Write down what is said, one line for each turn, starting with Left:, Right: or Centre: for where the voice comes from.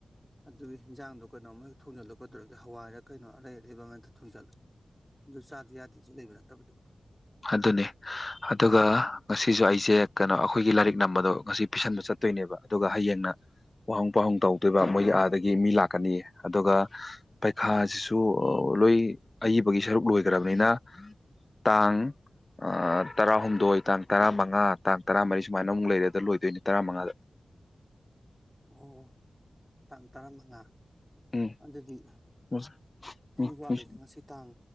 Centre: ꯑꯗꯨꯒꯤ ꯍꯤꯟꯖꯥꯡꯗꯣ ꯀꯩꯅꯣꯃ ꯍꯦꯛ ꯊꯣꯡꯖꯤꯜꯂ‌ꯣ ꯀꯩꯗꯧꯔꯒꯦ ꯍꯋꯥꯏꯔ ꯀꯩꯅꯣ ꯑꯔꯩ ꯑꯔꯩ ꯕ ꯑꯃ ꯍ‌ꯦ ꯇꯥ ꯊꯣꯡꯖꯤꯜꯂ‌ꯣ ꯑꯗꯨ ꯆꯥꯗꯥ ꯌꯥꯗꯦꯖꯨ ꯂꯩꯕ ꯅꯠꯇꯕꯗꯨꯕꯨ
Left: ꯑꯗꯨꯅ‌ꯦ ꯑꯗꯨꯒ ꯉꯁꯤꯁꯨ ꯑꯩꯁꯦ ꯀꯩꯅꯣ ꯑꯩꯈꯣꯏꯒꯤ ꯂꯥꯏꯔꯤꯛ ꯅꯝꯕꯗꯣ ꯉꯁꯤ ꯄꯤꯁꯟꯕ ꯆꯠ ꯇꯣꯏꯅꯦꯕ ꯑꯗꯨꯒ ꯍꯌꯦꯡꯅꯥ ꯋꯥꯍꯪ ꯄꯥꯎꯍꯪ ꯇꯧꯗꯣꯏꯕ ꯃꯣꯏꯒꯤ ꯑꯥꯗꯒꯤ ꯃꯤ ꯂꯥꯛꯀꯅꯤꯌꯦ ꯑꯗꯨꯒ ꯄꯩꯈꯥ ꯁꯨ ꯂꯣꯏ ꯑꯏꯕꯒꯤ ꯁꯔꯨꯛ ꯂꯣꯏꯒ꯭ꯔꯕꯅꯤꯅ ꯇꯥꯡ ꯑꯩ ꯇꯔꯥꯍꯨꯝꯗꯣꯏ ꯇꯥꯡ ꯇꯔꯥꯃꯉꯥ ꯇꯥꯡ ꯇꯔꯥꯃꯔꯤ ꯁꯨꯃꯥꯏꯅ ꯑꯃꯨꯛ ꯂꯩꯔ‌ꯦ ꯑꯗ ꯂꯣꯏꯗꯣꯏꯅ‌ꯦ ꯇꯔꯥꯃꯉꯥꯗ
Centre: ꯑꯣ ꯇꯥꯡ ꯇꯔꯥꯃꯉꯥ
Left: ꯎꯝ
Centre: ꯑꯗꯨꯗꯤ
Left: ꯎꯝ
Centre: ꯑꯅꯤ ꯋꯥꯠꯂꯤꯅꯦ
Left: ꯎꯝ
Centre: ꯉꯁꯤ ꯇꯥꯡ